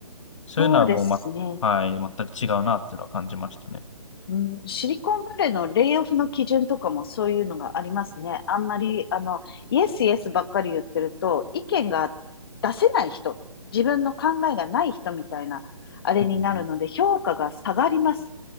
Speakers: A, on the left; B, on the left.
A: そういうのはもうま、
B: そうですね。
A: はい、全く違うなっていうのは感じましたね。
B: うん、シリコンバレーのレイオフの基準とかもそういうのがありますね。あんまり、あの、イエスイエスばっかり言ってると、意見が出せない人、自分の考えがない人みたいな、あれになるので、
A: うん
B: 評価が下がります。